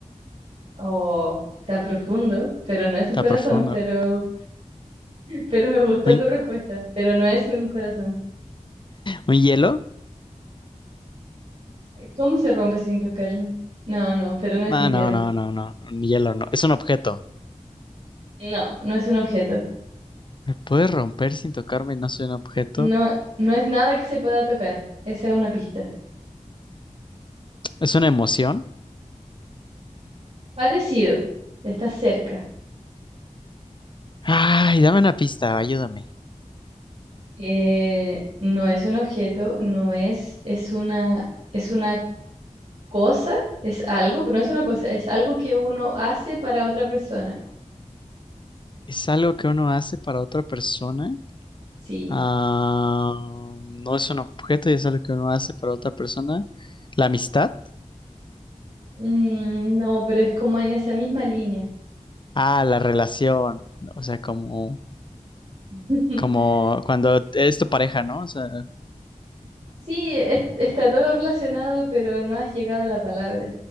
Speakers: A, on the right; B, on the left.
A: Oh, está profundo, pero no es un
B: Está
A: corazón,
B: profundo.
A: pero, pero me gustó
B: ¿Un,
A: tu respuesta, pero no es un corazón.
B: un hielo?
A: ¿Cómo se rompe sin tocarme? No, no, pero no es
B: Ah,
A: un
B: no,
A: hielo.
B: no, no, no. Un hielo no. Es un objeto.
A: No, no es un objeto.
B: ¿Me puedes romper sin tocarme? No soy un objeto.
A: No, no es nada que se pueda tocar. Esa es una pista.
B: ¿Es una emoción?
A: Parecido, está cerca.
B: Ay, dame una pista, ayúdame.
A: Eh, no es un objeto, no es, es una, es una cosa, es algo, pero no es una cosa, es algo que uno hace para otra persona.
B: ¿Es algo que uno hace para otra persona?
A: Sí.
B: Ah, no es un objeto y es algo que uno hace para otra persona. ¿La amistad?
A: Mm, no, pero es como en esa misma línea.
B: Ah, la relación. O sea, como...
A: <laughs>
B: como cuando eres tu pareja, ¿no? O sea,
A: Sí, es- está todo relacionado, pero no has llegado a la palabra.